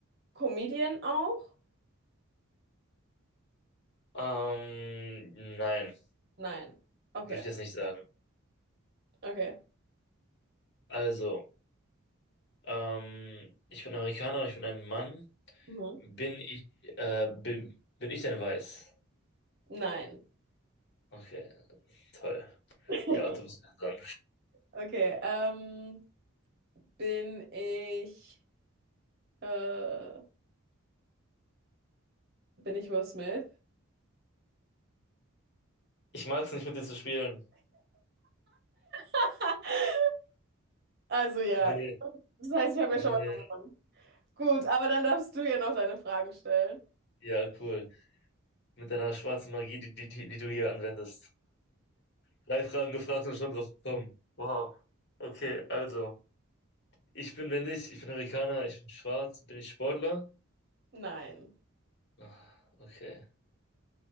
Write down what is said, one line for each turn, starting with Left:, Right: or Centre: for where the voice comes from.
Right: Comedian auch?
Left: Ähm, nein,
Right: Nein. Okay,
Left: würde ich das nicht sagen.
Right: okay.
Left: Also, ähm, ich bin Amerikaner und ich bin ein Mann.
Right: Mhm.
Left: Bin ich, äh, bin, bin ich denn weiß?
Right: Nein.
Left: Okay, toll.
Right: <laughs>
Left: Ja, du bist ja dran.
Right: Okay. Ähm, bin ich äh, bin ich Will Smith?
Left: Ich mag es nicht, mit dir zu spielen.
Right: <laughs> Also ja.
Left: Nee,
Right: Das heißt, ich habe
Left: nee,
Right: ja schon mal gewonnen. Gut, aber dann darfst du ja noch deine Fragen stellen.
Left: ja, cool. Mit deiner schwarzen Magie, die, die, die, die du hier anwendest. Drei Fragen gefragt und schon drauf gekommen. Wow. Okay, also, ich bin männlich, ich bin Amerikaner, ich bin schwarz, bin ich Sportler?
Right: Nein.
Left: Ah, Okay.